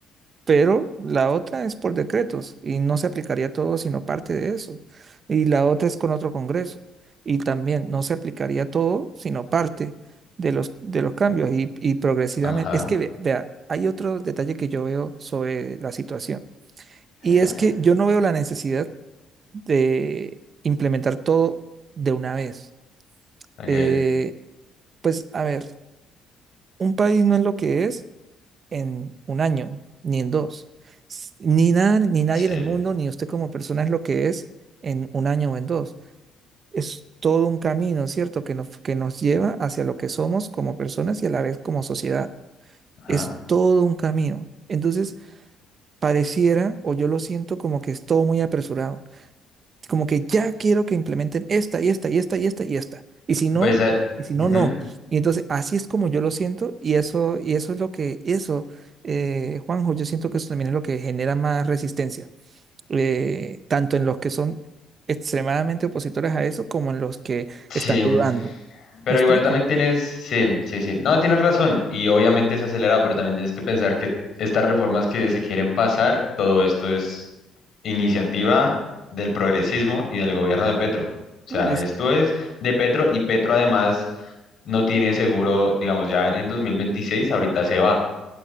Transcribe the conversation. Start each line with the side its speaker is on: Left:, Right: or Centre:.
Right: pero la otra es por decretos y no se aplicaría todo sino parte de eso. Y la otra es con otro Congreso y también no se aplicaría todo sino parte de los, de los cambios y, y progresivamente.
Left: Ajá.
Right: Es que, ve- vea, hay otro detalle que yo veo sobre la situación.
Left: <laughs>
Right: Y es que yo no veo la necesidad de implementar todo de una vez.
Left: Okay.
Right: Eh, pues a ver, un país no es lo que es en un año, ni en dos. S- Ni nada, ni nadie
Left: Sí.
Right: en el mundo, ni usted como persona es lo que es en un año o en dos. Es todo un camino, ¿cierto? Que nos, que nos lleva hacia lo que somos como personas y a la vez como sociedad.
Left: Ajá.
Right: Es todo un camino. Entonces, pareciera, o yo lo siento como que es todo muy apresurado Como que ya quiero que implementen esta y esta y esta y esta y esta. Y si no,
Left: Pues ah,
Right: y si
Left: ujú,
Right: no, no. Y entonces así es como yo lo siento y eso, y eso es lo que, eso, eh, Juanjo, yo siento que eso también es lo que genera más resistencia, eh, tanto en los que son extremadamente opositores a eso como en los que
Left: Sí,
Right: están dudando.
Left: pero
Right: ¿Me explico?
Left: igual también tienes, sí, sí, sí. No, tienes razón y obviamente es acelerado, pero también tienes que pensar que estas reformas que se quieren pasar, todo esto es iniciativa del progresismo y del gobierno de Petro. O
Right: No,
Left: sea,
Right: es
Left: esto
Right: que-
Left: es de Petro y Petro además no tiene seguro, digamos, ya en 2026 ahorita se va.